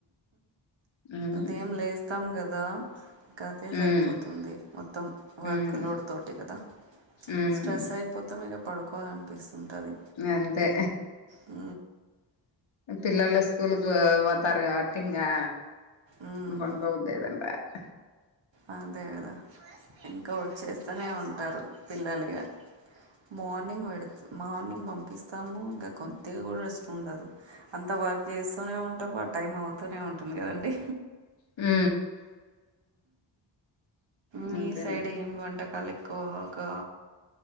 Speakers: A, on the left (about 75°); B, on the right (about 70°).
A: ఉమ్
B: ఉదయం లేస్తాం కదా ఇంకా అదే సరిపోతుంది
A: ఉమ్
B: మొత్తం వర్క్
A: ఉమ్
B: లోడ్ తోటి కద
A: ఉమ్
B: స్ట్రెస్ అయి పాతం మీగా పడుకోవాలని అని పిస్తుంటుంది
A: అంతే
B: ఆ
A: పిలల స్కూలుకు వాతారు కాబట్టి ఇంగా
B: మ్మ్
A: <unintelligible>
B: అదే కదా ఇంక వచ్చేస్తూనే ఉంటారు పిల్లలిగ మార్నింగ్ పెడుతూ మార్నింగ్ పంపిస్తాము ఇంకా కొద్దిగా కూడా రెస్ట్ ఉండదు అంత వర్క్ చేస్తూనే ఉంటాం ఆ టైం అవుతూనే ఉంటుంది కదండి
A: ఉ
B: మీ
A: అంతేనా
B: సైడ్ ఏమి వంటకాల ఎక్కువగా